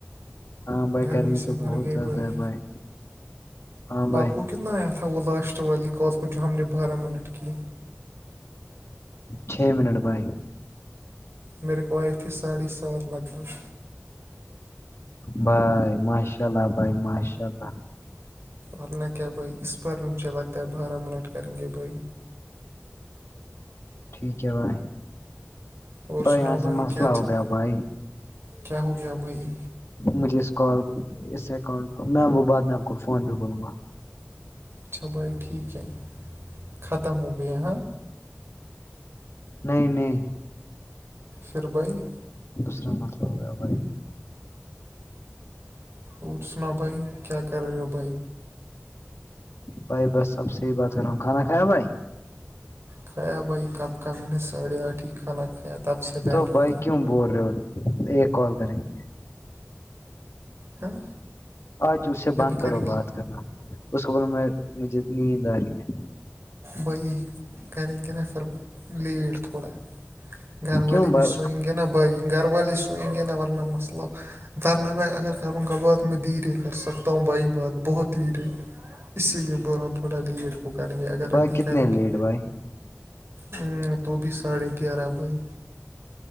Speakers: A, on the left; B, on the right.
A: ہاں بھائی
B: گرمی سے
A: تو
B: مر
A: بہت
B: گئے
A: زیادہ
B: بائی
A: ہے بھائی ہاں بھائی
B: آپ کو کتنا آیا تھ تھا وہ لاٹ والیالک کو جو ہم نے بارہ منٹ کی
A: چھ منٹ بھائی
B: میں رکویتے ساڑھے سات لگ بگ
A: بھائی ماشاء اللہ بھائی ماشاء اللہ
B: ورنہ کیا بھائی اس بار میں مجھے لگتا ہے بارہ منٹ کریں گے بھائی
A: ٹھیک ہے بھائی
B: اور
A: بائی
B: سنا
A: یہاں سے
B: بھائی
A: مسئلہ
B: کیا چل
A: ہو گیا بھائی
B: کیا ہو گیا اب بھائی
A: مجھے اس اس اکٹ میں وہ بعد میں آپ کو فون پہ بولوں گا
B: اچھا بھائی ٹھیک ہے ختم ہو گیا ہاں
A: نہیں نہیں
B: فربی
A: دوسرا مسئلہ ہو گیا بھائی
B: اور سنا بھائی کیا کر رہے ہو بھائی
A: بھائی بس سب سے ہی بات کر رہا ہوں کھانا کھیا بھائی
B: کھایا بھائی کپ کا میں نے ساڑھےٹھ ہی کھانا کھایا تھا تب سے بیٹھا
A: تو بھائی کیوں بول رہے ہو ایک کال کریں گ
B: ہاں
A: آج اس سے بند
B: ابھی
A: کرو
B: کریں گے
A: بات کرنا اس کو بول میں مجھے نیند آ رہی ہے
B: وہی کریں کہن پھر لیٹ تھوڑا گھر
A: کیوں
B: والی
A: بھائی
B: بھی
A: اس
B: سوئ
A: کو
B: گانا بائگ گھر والی سوئیں گانا ور نا مسلب درنہ میں اگر کروں گا بعد میں دھیرے کر سکتا ہوں بھائی بات بہت دھیرے اسی لیے ب ران تھوڑا لیٹ وہ کریں گے اگر
A: بھائی
B: ابھی
A: کتنے
B: کریں
A: لیٹ
B: گے
A: بھائی
B: ہ تو بھی ساڑھے گیارہ بھائی